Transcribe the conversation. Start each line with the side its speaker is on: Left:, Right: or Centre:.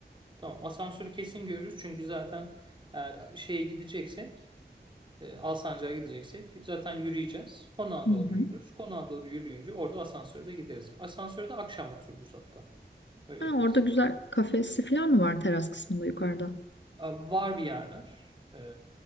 Right: Tamam asansörü kesin görürüz. Çünkü zaten eğer şeye gideceksek E, Alsancak'a gideceksek zaten yürüyeceğiz. Konağa
Left: Hı
Right: doğru
Left: hı.
Right: yürürüz. Konağa doğru yürüyünce orada asansörde gideriz. Asansörde akşam otururuz hatta. Öyle
Left: Ha,
Right: yaparız.
Left: orada güzel kafesi falan mı var teras kısmında yukarıda?
Right: A- Var bir yerler. E,